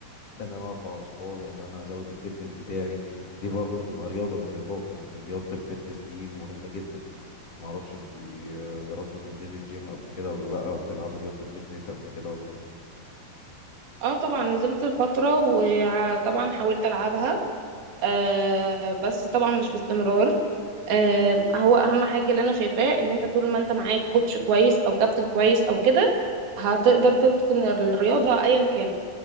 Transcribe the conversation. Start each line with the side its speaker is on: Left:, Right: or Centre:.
Left: ان انا ارفع اثقال ان انا ازود الفتنس بتاعي دي برضو بتبقى رياضه من الرياضات يعني رياضه الفتنس دي مهمه جدا ما اعرفش انت جربتي تنزلي الجيم قبل كده ولا لا او تلعبي رياضه الفتنس قبل كده ولا لا
Right: اه طبعا نزلت الفتره وطبعا حاولت العبها آه بس طبعا مش باستمرار آه هو اهم حاجه اللي انا شايفاه ان انت طول ما انت معاك كوتش كويس او كابتن كويس او كده هتقدر تتقن الرياضه ايا كانت